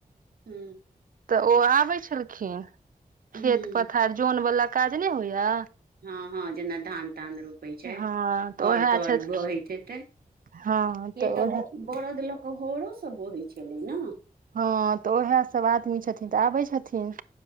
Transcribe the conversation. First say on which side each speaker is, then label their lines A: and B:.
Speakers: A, on the right (about 85°); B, on the right (about 65°).
A: हू
B: तऽ ओ आबै छलखिन
A: हुँ
B: खेत पथार जोन वाला काज नहि होइया
A: हँ हँ जेना धान तान रोपै छै
B: हँ तऽ
A: हर
B: उएह
A: तर
B: छथि
A: बहैत हेते
B: हँ तऽ
A: तऽ
B: उएह
A: ब बरद लऽ कऽ हरो सब बोहै छलै ने
B: हँ तऽ उएह सभ आदमी छथिन तऽ आबै छथिन